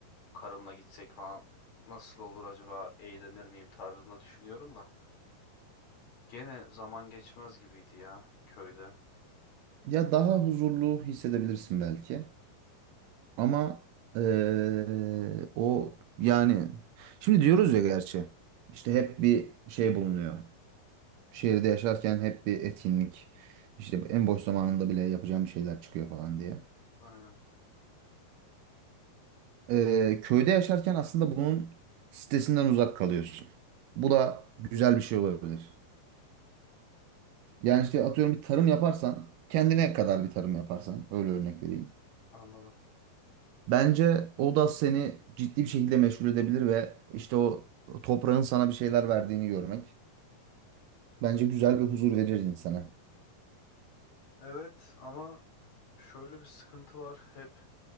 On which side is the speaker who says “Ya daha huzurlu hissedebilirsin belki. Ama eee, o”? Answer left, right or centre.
Right